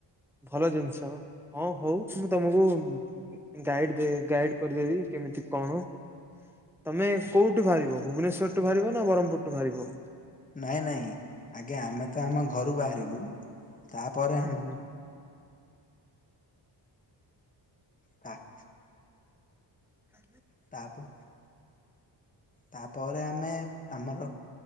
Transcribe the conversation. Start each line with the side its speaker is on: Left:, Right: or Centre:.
Centre: ଭଲ ଜିନିଷ ହଁ ହଉ ମୁଁ ତମକୁ ଗାଇଡ ଦେ ଗାଇଡ କରିଦେବି କେମିତି କଣ। ତମେ
Left: ଆ-
Centre: କୋଉଠୁ ବାହାରିବ ଭୁବନେଶ୍ଵରଠୁ ବାହାରିବ ନା ବ୍ରହ୍ମପୁରଠୁ ବାହାରିବ।
Left: ନାଇଁ ନାଇଁ ଆଜ୍ଞା ଆମେ ତ ଆମ ଘରୁ ବାହାରିବୁ ତାପରେ
Centre: ହୁଁ
Left: ଆମ
Centre: ହୁଁ।
Left: ହ <inaudible>
Centre: ଆ
Left: ତାପ ତାପରେ ଆମେ ଆମର